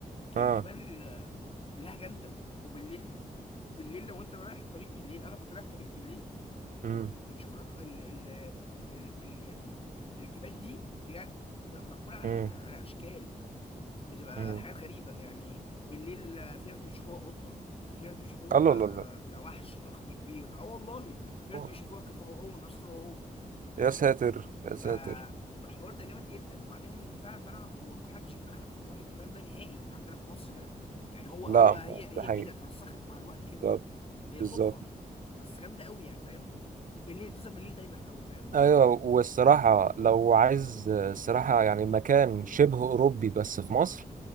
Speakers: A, on the left (about 40°); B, on the right (about 65°).
A: جبال
B: اه
A: آه، كلها جامده وبالليل بالليل لو انت رايح طريق بالليل انا كنت رايح طريق بالليل
B: امم
A: بتشوف ال ال ال ال ال يعني الجبال دي بجد بتبقى معموله على,
B: امم
A: على اشكال بتبقى
B: امم
A: حاجات غريبه يعني بالليل آه، في ناس بيشوفوها قطه في ناس بيشوفوها
B: الله الله الله
A: كوحش ضخم كبير اه والله في ناس
B: أوه.
A: بيشوفوها كفرعون راس فرعون فاهم
B: يا ساتر يا
A: ف
B: ساتر
A: فالحوار ده جامد جدا وبعدين فعلا فعلا هو ما حدش اتدخل في حوار الجبال ده نهائي عندنا في مصر هنا يعني هو هو
B: لا
A: هي
B: ما-
A: هي
B: ده حقيقي
A: كده اترسخت مع الوقت كده
B: بالظبط
A: هي
B: بالظبط
A: صدفة بس جامدة قوي يعني فاهم بالليل بتظهر بالليل دايما قوي فاهم
B: ايوه والصراحه لو عايز الصراحه يعني مكان شبه اوروبي بس في مصر